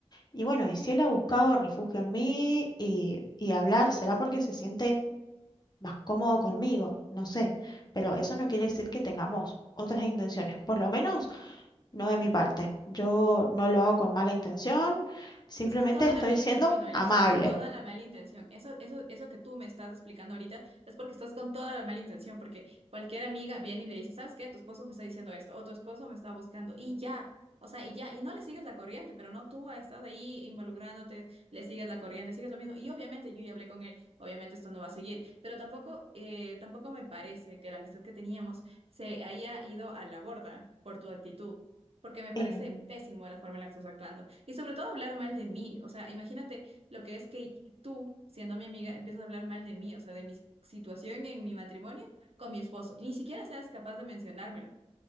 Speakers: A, on the left; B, on the right.
A: Y bueno, y si él ha buscado refugio en mí y, y hablar, será porque se siente más cómodo conmigo, no sé, pero eso no quiere decir que tengamos otras intenciones, por lo menos no de mi parte. Yo no lo hago con mala intención, simplemente
B: Estás con toda
A: estoy
B: la mala
A: siendo
B: intención, Noelia,
A: amable.
B: estás con toda la mala intención. Eso, eso, eso que tú me estás explicando ahorita es porque estás con toda la mala intención, porque cualquier amiga viene y le dice, ¿sabes qué? Tu esposo me está diciendo esto, o tu esposo me está buscando, y ya, o sea, y ya, y no le sigues la corriente, pero no tú estás ahí involucrándote, le sigues la corriente, sigues lo mismo. Y obviamente yo ya hablé con él, obviamente esto no va a seguir, pero tampoco, eh, tampoco me parece que la amistad que teníamos se haya ido a la borda por tu actitud porque me parece
A: En-
B: pésimo la forma en la que estás actuando. Y sobre todo hablar mal de mí. O sea, imagínate lo que es que tú, siendo mi amiga, empiezas a hablar mal de mí, o sea, de mi situación en mi matrimonio con mi esposo. Ni siquiera seas capaz de mencionármelo.